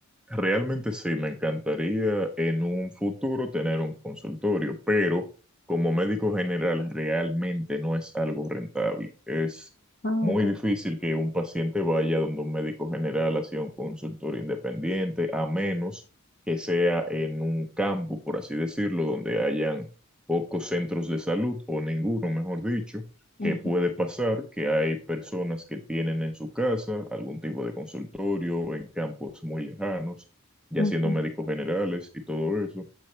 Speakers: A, in the centre; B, on the left.
A: Realmente sí, me encantaría en un futuro tener un consultorio, pero como médico general realmente no es algo rentable. Es
B: Ah,
A: muy
B: ok.
A: difícil que un paciente vaya donde un médico general hacia un consultorio independiente, a menos que sea en un campo, por así decirlo, donde hayan pocos centros de salud o ninguno, mejor dicho
B: Ujú,
A: que puede pasar que hay personas que tienen en su casa algún tipo de consultorio en campos muy lejanos, ya
B: ujú,
A: siendo médicos generales y todo eso,